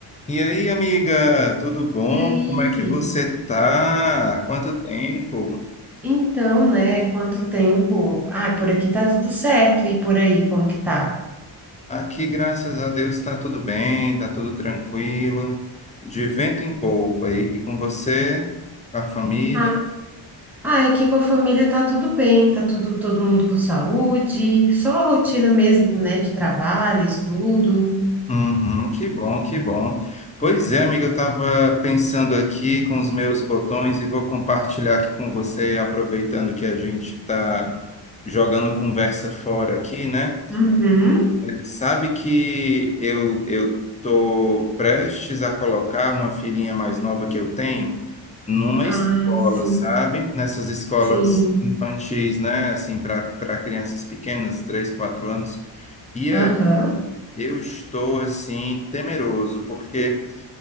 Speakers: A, on the left (about 15°); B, in the centre.
A: E aí, amiga, tudo bom?
B: E aí?
A: Como é que você tá? Quanto tempo?
B: Então, né? Quanto tempo? Ah, por aqui tá tudo certo. E por aí, como que tá?
A: Aqui, graças a Deus, está tudo bem, está tudo tranquilo, de vento em polpa. E, e com você, a família?
B: Ah, ah, aqui com a família tá tudo bem, tá tudo, todo mundo com saúde, só a rotina mesmo, né? De trabalho, estudo.
A: Uhum, que bom, que bom. Pois é, amiga, eu estava pensando aqui com os meus botões e vou compartilhar aqui com você, aproveitando que a gente está jogando conversa fora aqui, né?
B: Uhum.
A: Sabe que eu eu tô prestes a colocar uma filhinha mais nova que eu tenho numa escola,
B: Ah, sim,
A: sabe? Nessas escolas
B: sim.
A: infantis, né? Assim, para para crianças pequenas, 3 4 anos. E é,
B: Aham.
A: eu estou assim temeroso porque